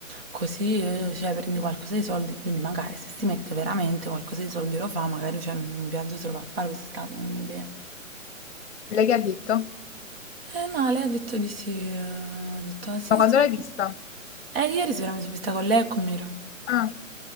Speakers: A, on the right; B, on the left.
A: Così, eh, cioè, prendi qualcosa di soldi. Quindi magari se si mette veramente qualcosa di soldi lo fa, magari cioè, un viaggio se lo va a fare quest'estate, non ho idea.
B: E lei che ha detto?
A: Eh no, lei ha detto di sì. eh, Ha detto, "Ah, sì,
B: Ma quando
A: sì.
B: l'hai vista?
A: E ieri sera mi sono vista con lei e con Miro.
B: Ah,